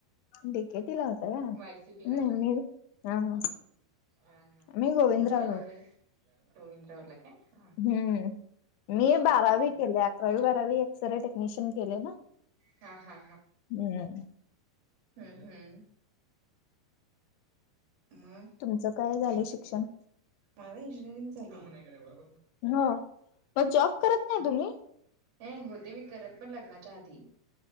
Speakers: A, on the left; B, on the right.
A: डी के टी ला होता होय
B: वायसीपीला
A: <unintelligible> मी हा - हा
B: हा हा
A: मी गोविंदरावला
B: तुमचं काय झालंय? गोविंदरावला काय? हा
A: हम्म मी बारावी
B: हा हा
A: केले. अकरावी बारावी सरळ टेक्निशियन केले ना?
B: हा हा हा
A: हम्म.
B: हम् हम्म. मग?
A: तुमचं काय झालंय शिक्षण?
B: माझ इंजिनीयरिंग झालंय.
A: ह. मग जॉब करत नाही तुम्ही?
B: हे होते मी करत. पण लग्नाच्या आधी.